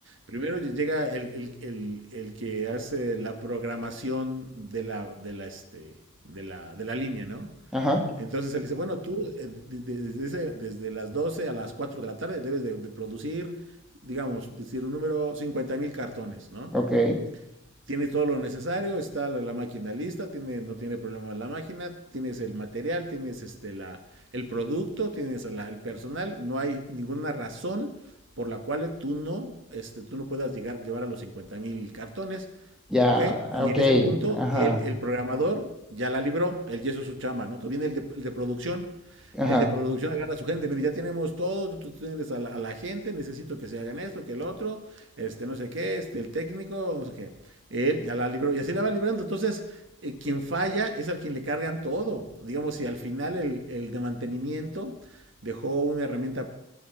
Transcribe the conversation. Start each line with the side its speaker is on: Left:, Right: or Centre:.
Right: primero llega el, el- el- el que hace la programación de la, de la, este, de la, de la línea, ¿no?
Centre: ajá,
Right: Entonces él dice, bueno, tú eh, de- de- desde, ese- desde las 12 a las 4 de la tarde debes de, de producir, digamos, decir un número cincuenta mil cartones, ¿no?
Centre: ok.
Right: tiene todo lo necesario, está la, la, máquina lista, tiene, no tiene problema la máquina, tienes el material, tienes este, la, el producto, tienes la, el personal, no hay ninguna razón por la cual tú no, este, tú no puedas llegar, llevar a los cincuenta mil cartones,
Centre: Ya,
Right: ¿ok? Y
Centre: ok,
Right: en ese punto,
Centre: ajá,
Right: el, el programador ya la libró, él ya hizo su chamba, ¿no? Tú viene el de, el de producción,
Centre: ajá,
Right: el de producción agarra a su gente, mire, ya tenemos todo, tú tienes a la, a la, gente, necesito que se hagan esto, que el otro, este, no sé qué, este, el técnico, no sé qué. Él ya la libró y así la va librando. Entonces, eh, quien falla es al quien le cargan todo. Digamos, si al final el, el de mantenimiento dejó una herramienta